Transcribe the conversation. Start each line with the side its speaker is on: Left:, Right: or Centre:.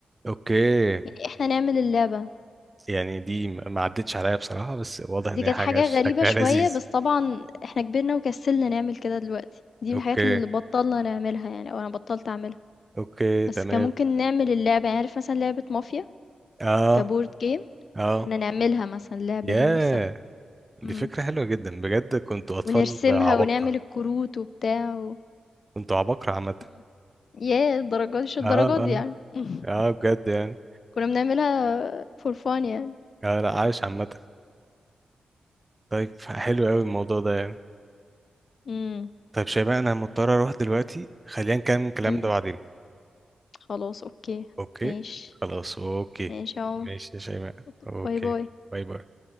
Right: اوكي
Left: يعني إحنا نعمل اللعبة،
Right: يعني دي ما ما عدتش عليا بصراحة بس واضح ان
Left: دي
Right: هي
Left: كانت
Right: حاجة
Left: حاجة
Right: شكلها
Left: غريبة شوية،
Right: لذيذ
Left: بس طبعًا إحنا كبرنا وكسلنا نعمل كده دلوقتي، دي من
Right: اوكي
Left: الحاجات اللي بطّلنا نعملها يعني أو أنا بطّلت أعملها.
Right: اوكي تمام
Left: بس كان ممكن نعمل اللعبة يعني عارف مثلا لعبة مافيا
Right: اه
Left: كبورد جيم
Right: اه
Left: كنا نعملها مثلا اللعبة
Right: ياه
Left: دي نفسها
Right: دي
Left: مم.
Right: فكرة حلوة جدا بجد كنتوا اطفال
Left: ونرسمها
Right: عباقرة
Left: ونعمل الكروت وبتاع و...
Right: كنتوا عباقرة عامة
Left: مم. ياه الدرجات مش الدرجات
Right: اه اه
Left: دي يعني <laughs>
Right: اه بجد يعني
Left: كنا بنعملها فور فان يعني
Right: اه لا عايش عامة طيب حلو قوي الموضوع ده يعني
Left: مم.
Right: طيب شباب انا مضطر اروح دلوقتي خلينا نكمل الكلام
Left: مم.
Right: ده بعدين
Left: خلاص اوكي
Right: اوكي
Left: ماشي
Right: خلاص اوكي
Left: ماشي يا عمر
Right: ماشي يا شيماء
Left: أوكي.
Right: اوكي
Left: باي باي
Right: باي باي